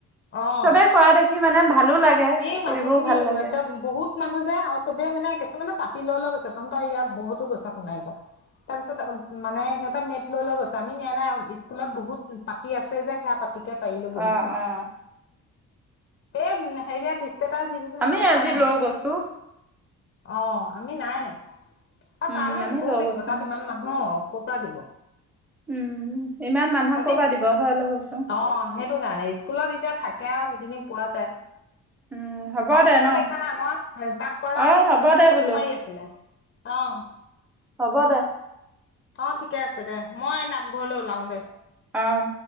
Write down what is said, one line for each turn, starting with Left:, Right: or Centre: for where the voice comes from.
Left: অ
Centre: চবে কৰা দেখি মানে ভালো লাগে।
Left: এই মানুহখিনি
Centre: কৰিবও ভাল লাগে
Left: একে বহুত মানুহ যায় আৰু চবে মানে, মানে পাতি লৈ- লৈ গৈছে তহঁনতৰ ইয়াত বহুতো গৈছে সোনাই গাঁও। তাৰপিছত মানে সিহঁতে মেট লৈ লৈ গৈছে আমি নিয়া নাই। স্কুলত বহুত পাতি আছে যে সেয়া পাতি, কে পাৰিলো বহিছো
Centre: অ
Left: আৰু।
Centre: অ
Left: এই, হেৰিয়া দি, ষ্টেটাছ দি থৈছে নহয়
Centre: আমি
Left: দেখা
Centre: আজি
Left: নাই?
Centre: লৈ গৈছো
Left: অ', আমি নাই ন আৰু
Centre: উম
Left: তালৈ
Centre: আমি
Left: নিবও
Centre: লৈ
Left: লাগিব
Centre: গৈছো
Left: তাত ইমান মানুহক ক'ৰ পৰা দিব?
Centre: উম ইমান মানুহক
Left: আজি,
Centre: ক'ৰপা দিব হয় লৈ গৈছো
Left: অ', সেইটো কাৰণে স্কুলত এতিয়া থাক তাকে আৰু সেইখিনি পোৱা যায়।
Centre: উম হ'ব
Left: হোৱাটছএপত
Centre: দে ন
Left: দেখা নাই মই তাত কৰা
Centre: অ
Left: এই
Centre: হ'ব
Left: কোনোবা
Centre: দে
Left: ফটো
Centre: বোলো
Left: মাৰি আছিলে। অ'।
Centre: হ'ব দে।
Left: অ', ঠিকে আছে দে মই নামঘৰলৈ ওলাও দে।
Centre: অহ।